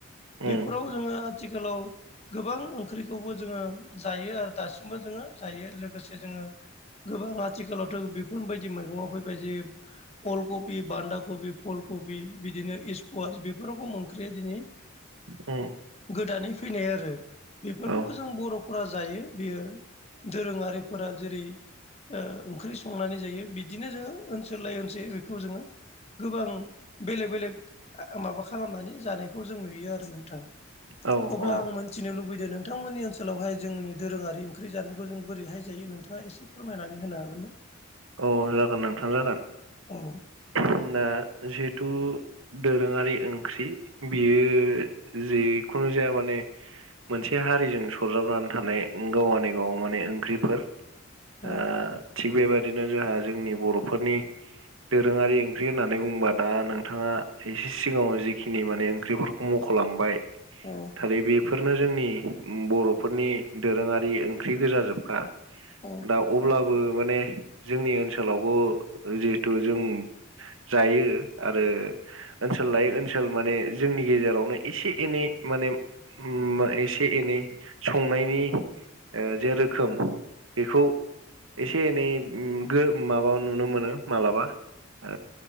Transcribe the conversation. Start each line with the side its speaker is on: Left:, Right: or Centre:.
Left: बेफोराव
Right: उम
Left: जोङो आथिखालाव ओ गोबां ओंख्रिखौबो जोङो जायो आरो दासिमबो जोङो जायो लोगोसे जोङो गोबां आथिखालावथ' बेफोरबायदि मैगङाव फैबाय जे अलकबि, बानदा कबि फुल कबि बिदिनो इस्कुवास बेफोरावबो ओंख्रिया दिनै
Right: ओम।
Left: गोदानै फैनाय आरो बेफोरखौबो
Right: औ
Left: जों बर'फोरा जायो बेयो दोरोङारिफोरा जेरै ओ ओंख्रि संनानै जायो बिदिनो जोङो ओनसोल लायै ओनसोल बेखौ जोङो गोबां बेलेग बेलेग माबा खालामनानै जानायखौ जों नुयो आरो नोंथां।
Right: औ
Left: अब्ला
Right: औ
Left: आं मिथिनो लुबैदों नोंथांमोननि ओनसोलावहाय जोंनि दोरोङारि ओंख्रि जानायखौ जों बोरैहाय जायो नोंथां। नोंथाङा एसे फोरमायनानै होनो हागोन ना?
Right: औ जागोन नोंथां जागोन।
Left: औ
Right: ओ दा जिहेथु दोरोङारि ओंख्रि बेयो जिखुनु जाया माने मोनसे हारिजों सरजाबनानै थानाय गावानि गाव माने ओंख्रिफोर।
Left: औ
Right: ओ थिग बेबायादिनो जोंहा जोंनि बर'फोरनि दोरोङारि ओंख्रि होननानै बुंबा दा नोंथाङा एसे सिगाङाव जिखिनि माने ओंख्रिफोरखौ मख'लांबाय।
Left: औ
Right: आरो बेफोरनो जोंनि बर'फोरनि दोरोङारि ओंख्रि गोजा जोबखा।
Left: औ
Right: दा अब्लाबो माने जोंनि ओनसोलावबो जिहेथु जों जायो आरो ओनसोल लायै ओनसोल माने जोंनि गेजेरावनो एसे एनै माने ओम एसे एनै संनायनि ओ जेे रोखोम बेखौ एसे एनै ओम गो माबायाव नुनो मोनो मालाबा आ